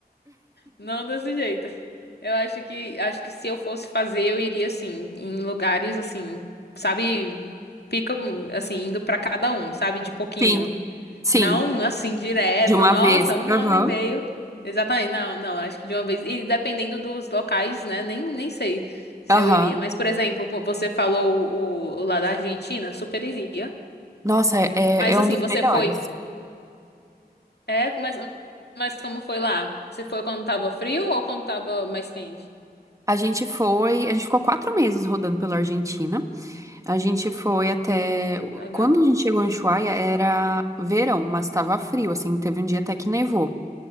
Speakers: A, on the left; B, on the right.
A: Não desse jeito. Eu acho que acho que se eu fosse fazer, eu iria assim, em lugares assim, sabe, pica assim, indo pra cada um, sabe, de pouquinho.
B: Sim. Sim.
A: Não, assim, direto.
B: De uma
A: Nossa,
B: vez.
A: um
B: Aham.
A: ano e meio. Exatamente. Não, não, acho que de uma vez. E dependendo dos locais, né? Nem, nem sei se
B: Aham.
A: eu iria. Mas, por exemplo, co- você falou o, o lá da Argentina, super iria.
B: Nossa, é, é
A: Mas,
B: é
A: assim,
B: um dos
A: você
B: melhores.
A: foi. É, mas, mas como foi lá? Você foi quando tava frio ou quando tava mais quente?
B: A gente foi, a gente ficou quatro meses rodando pela Argentina. A gente foi até.
A: Legal.
B: Quando a gente chegou em Ushuaia, era verão, mas estava frio, assim, teve um dia até que nevou.